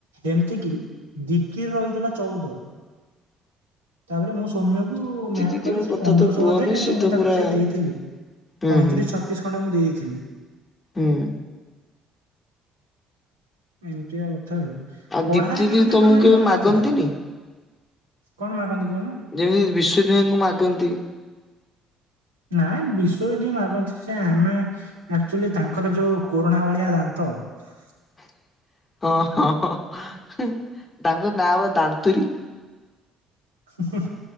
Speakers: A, on the right; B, on the left.
A: ଏମତିକି ଦିପ୍ତିର ରହିଥିଲା ଚଉଦ।
B: ହଁ
A: ତାପରେ ମୁଁ ସୌମ୍ୟକୁ ମ୍ୟାମ
B: ଦିଦିଙ୍କ
A: କହିଲେ ସେ
B: କଥା
A: ପନ୍ଦରଶହ
B: ତ କୁହନି
A: ବଳଳେ ଦେ କିନ୍ତୁ
B: ସିଏ
A: ମୁଁ
B: ତ ପୁରା
A: ତାକୁ ସେଇ ଦେଇଥିଲି।
B: ହୁଁ
A: ପଇଁତିରିଶ
B: ହୁଁ
A: ଛତିଶ ଖଣ୍ଡେ ମୁଁ ଦେଇ ଦେଇଥିଲି।
B: ହଁ।
A: ଏମିତିଆ କଥା ଆଉ।
B: ଆଉ
A: ପଢାରେ
B: ଦୀପ୍ତି
A: ମାନେ
B: ଦିଦି
A: ତାଙ୍କର
B: ତମକୁ
A: ଭାରି
B: କେବେ
A: ମନ
B: ମାଗନ୍ତିନି?
A: ଥିଲା। କଣ ମାଗନ୍ତି? କହୁନ
B: ଯେମିତି ବିଶଵଦୟଙ୍କୁ ମାଗନ୍ତି।
A: ନାଇ ବିଷଵ ଯଦି ମାଗନ୍ତି ସେ ଆମେ ଆକ୍ଚୁଆଲି ତାଙ୍କର ଯୋଉ କୋରୁଣା ଭଳିଆ ଦାନ୍ତ। ହଁ।
B: ହ ହଁ, ହ, ହଁ, ହଁ ତାଙ୍କ ନାଁ ବା ଦାନ୍ତୁରୀ।
A: ହୁଁ ହୁଁ